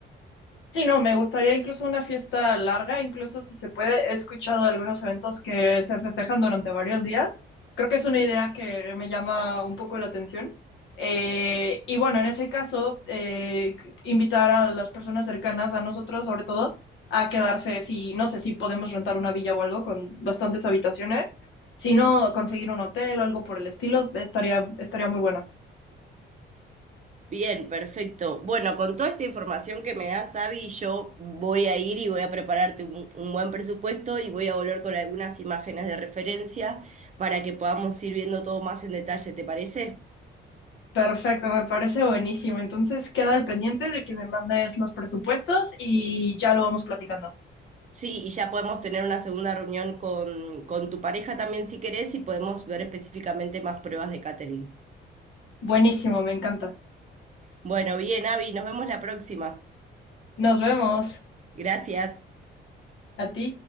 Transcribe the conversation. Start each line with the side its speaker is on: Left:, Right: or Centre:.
Left: Sí, no, me gustaría incluso una fiesta larga, incluso si se puede. He escuchado de algunos eventos que se festejan durante varios días. Creo que es una idea que me llama un poco la atención. Eh, y bueno, en ese caso, eh, invitar a las personas cercanas, a nosotros sobre todo, a quedarse, si no sé si podemos rentar una villa o algo con bastantes habitaciones, si no, conseguir un hotel o algo por el estilo, estaría, estaría muy bueno.
Right: Bien, perfecto. Bueno, con toda esta información que me das, Abby, yo voy a ir y voy a prepararte un, un buen presupuesto y voy a volver con algunas imágenes de referencia para que podamos ir viendo todo más en detalle, ¿te parece?
Left: Perfecto, me parece buenísimo. Entonces queda al pendiente de que me mandes los presupuestos y ya lo vamos platicando.
Right: Sí, y ya podemos tener una segunda reunión con, con tu pareja también si querés y podemos ver específicamente más pruebas de catering.
Left: Buenísimo, me encanta.
Right: Bueno, bien, Abby, nos vemos la próxima.
Left: Nos vemos.
Right: Gracias.
Left: A ti.